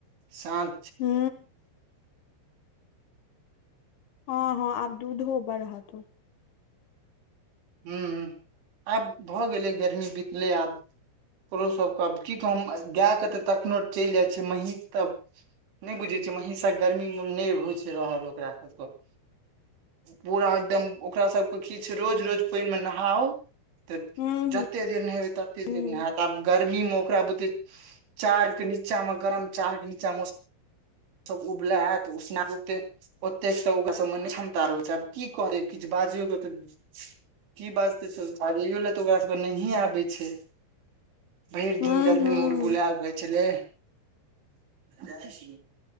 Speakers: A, on the right (about 70°); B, on the left (about 70°).
A: शान
B: हू हँ हँ आब दूध होबा रहा त
A: ह आब भऽ गेलै गर्मी बीतले आब ओकरोसभके आब की कह हम गाएके तऽ तखनहु चलि जाइ छियै महीँस तऽ नहि बुझै छियै हींषा गर्मी मे नहि होइ छै रहल ओकरा सबके पूरा एकदम ओकरा सबके की छै रोज रोज पानि मे नहाउ त
B: हूँ
A: जते देर नहेबे तते
B: हूँ
A: देर नहात ब गर्मी में ओकरा बुते चार के नीचा मे गरम चार के नीचा मे सब उबला हत उसना करते ओते त ओकरा सब क्षमता रहै छै आब की करै किछु बजियौ की बाजतै स बाजैयो लए तऽ ओकरा सब नहिए आबै छै भरि
B: हूँ
A: दिन गरमीमे
B: हूँ
A: उलबुलायल होइ छलै ह